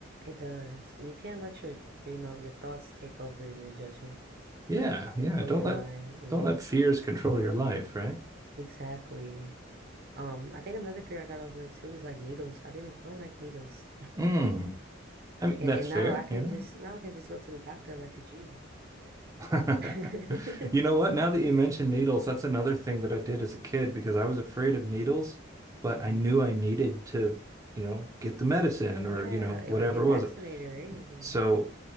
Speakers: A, on the right (about 55°); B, on the right (about 20°).
A: It does. And you can't let your, you know, your thoughts take over your judgment
B: Yeah, yeah.
A: or
B: Don't
A: your
B: let
A: mind, you
B: don't
A: know.
B: let fears control your life, right?
A: Exactly. Um, I think another fear I got over too is like needles. I didn't, I don't like needles.
B: Mm. I mean,
A: And
B: that's
A: and
B: fair,
A: now I can
B: you know.
A: just now I can just go to the doctor like a G.
B: <laughs>
A: <laughs>
B: You know what? Now that you mention needles, that's another thing that I did as a kid because I was afraid of needles, but
A: hmm
B: I knew I needed to, you know, get the medicine or,
A: Yeah,
B: you know, whatever
A: or get
B: it
A: vaccinated
B: was.
A: or anything.
B: So